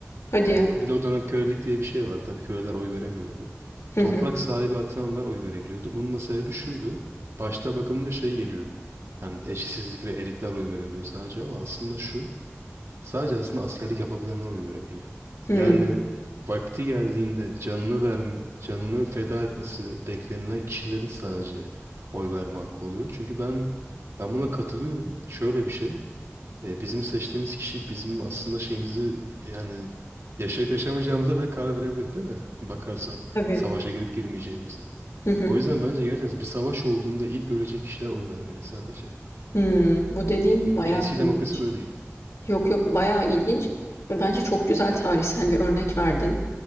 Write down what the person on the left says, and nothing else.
Hadi
ya.
Hı
hı.
Hmm.
Tabii.
Hı hı.
Hmm. Bu dediğim
bayağı
ilginç.
Yok yok bayağı ilginç ve bence çok güzel tarihsel bir örnek verdin.